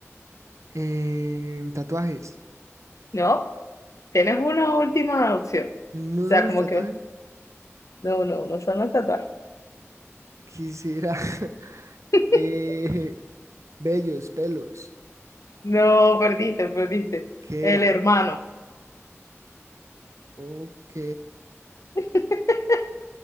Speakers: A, on the right; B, on the left.
A: Em, tatuajes.
B: no. Tienes una última opción. O
A: ¿No
B: sea,
A: son los
B: como
A: tatuajes?
B: que no, no, no son los tatuajes.
A: ¿Qué será? <laughs>
B: <laughs>
A: Eh, vellos, pelos.
B: No, perdiste, perdiste.
A: ¿Qué
B: El
A: era?
B: hermano.
A: Ok,
B: <laughs>